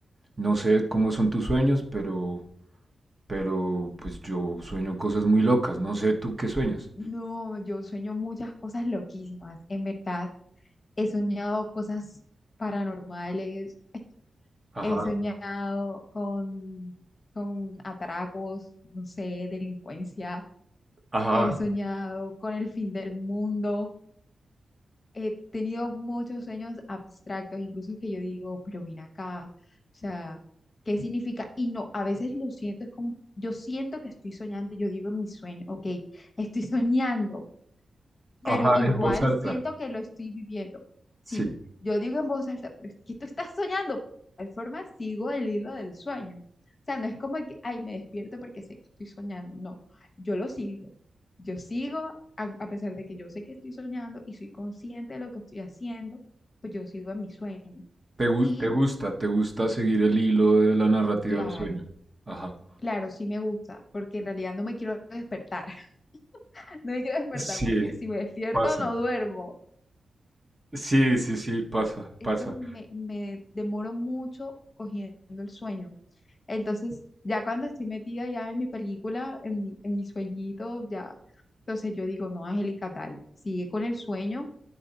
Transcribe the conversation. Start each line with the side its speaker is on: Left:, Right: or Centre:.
Right: no sé cómo son tus sueños, pero, pero pues yo sueño cosas muy locas, no sé tú qué sueñas.
Left: No, yo sueño muchas cosas loquísimas. En verdad, he soñado cosas paranormales.
Right: Ajá,
Left: He soñado con, con atracos, no sé, delincuencia.
Right: ajá,
Left: He soñado con el fin del mundo. He tenido muchos sueños abstractos, incluso que yo digo, pero ven acá, o sea, ¿qué significa? Y no, a veces lo siento, es como, yo siento que estoy soñando, yo digo en mi sueño, ok, estoy <laughs> soñando,
Right: ajá,
Left: pero igual
Right: en voz alta.
Left: siento que lo estoy viviendo. Sí,
Right: Sí.
Left: yo digo en voz alta, pero es que tú estás soñando. De tal forma sigo el hilo del sueño. O sea, no es como que, ay, me despierto porque sé que estoy soñando. No, yo lo sigo. Yo sigo, a, a pesar de que yo sé que estoy soñando y soy consciente de lo que estoy haciendo, pues yo sigo en mi sueño.
Right: ¿Te, gu-
Left: Y
Right: te gusta? ¿Te gusta seguir el hilo de la narrativa
Left: claro,
Right: del sueño? Ajá.
Left: claro, sí me gusta, porque en realidad no me quiero despertar. <laughs> No me quiero despertar
Right: Sí,
Left: porque si me despierto
Right: pasa.
Left: no duermo.
Right: Sí, sí, sí, pasa,
Left: es
Right: pasa.
Left: que me, me demoro mucho cogiendo el sueño. Entonces, ya cuando estoy metida ya en mi película, en mi, en mi sueñito, ya, entonces yo digo, no, Angélica, dale, sigue con el sueño